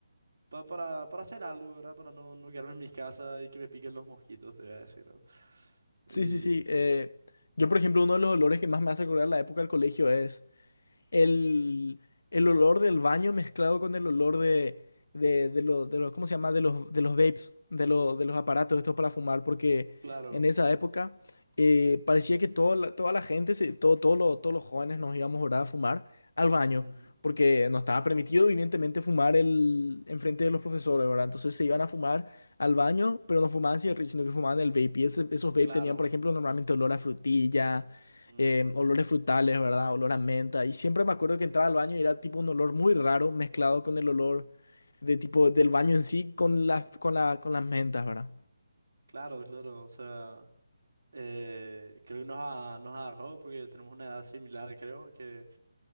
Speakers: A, on the right (about 85°); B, on the left (about 70°).
A: pa- para, para hacer algo, ¿verdad? Para no, no quedarme en mi casa y que me piquen los mosquitos, te voy a decir, ¿no?
B: Sí,
A: Y
B: sí, sí.
A: eh,
B: eh, yo, por ejemplo, uno de los olores que más me hace recordar la época del colegio es el, el olor del baño mezclado con el olor de, de, de, lo- de los, ¿cómo se llama? De los, de los vapes, de, lo- de los aparatos estos para fumar, porque
A: claro,
B: en esa época eh, parecía que toda la, toda la gente, se, todo, todo lo- todos los jóvenes nos íbamos ¿verdad? a fumar al baño,
A: ujú,
B: porque no estaba permitido, evidentemente, fumar el, enfrente de los profesores, ¿verdad? Entonces se iban a fumar al baño, pero no fumaban cigarrillos, sino que fumaban el vape. Y ese- esos vape
A: claro,
B: tenían, por ejemplo, normalmente olor a frutilla
A: ujú,
B: eh, olores frutales, ¿verdad? Olor a menta. Y siempre me acuerdo que entraba al baño y era tipo un olor muy raro mezclado con el olor de tipo del baño en sí con las, con la, con las mentas, ¿verdad?
A: claro, claro, o sea... eh, creo que nos, a- nos agarró porque tenemos una edad similar, creo, que